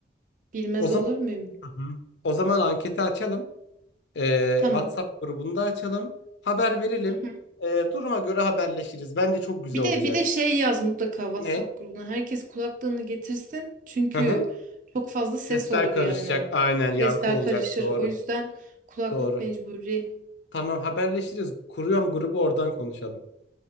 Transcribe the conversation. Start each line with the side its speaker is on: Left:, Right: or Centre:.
Right: Bilmez
Left: O zaman
Right: olur muyum?
Left: Hı hı. o zaman anketi açalım. Ee,
Right: Tamam.
Left: WhatsApp grubunda açalım. Haber verelim.
Right: Hı hı.
Left: Ee, duruma göre haberleşiriz. Bence çok güzel
Right: Bir
Left: olacak.
Right: de bir de şey yaz mutlaka WhatsApp
Left: Ne?
Right: grubuna. Herkes kulaklığını getirsin. Çünkü
Left: Hı hı.
Right: çok fazla
Left: Sesler
Right: ses olur
Left: karışacak.
Right: yani.
Left: Aynen yankı
Right: Sesler
Left: olacak.
Right: karışır.
Left: Doğru.
Right: O yüzden kulaklık
Left: Doğru.
Right: mecburi.
Left: Tamam haberleşiriz. Kuruyorum grubu oradan konuşalım.